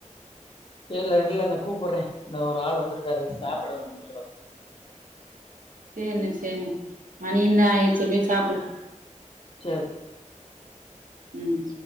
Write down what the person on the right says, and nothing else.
சேர்னே சேர்னே மனியுந் ஆயி ச போய்சாப்புடு
உம்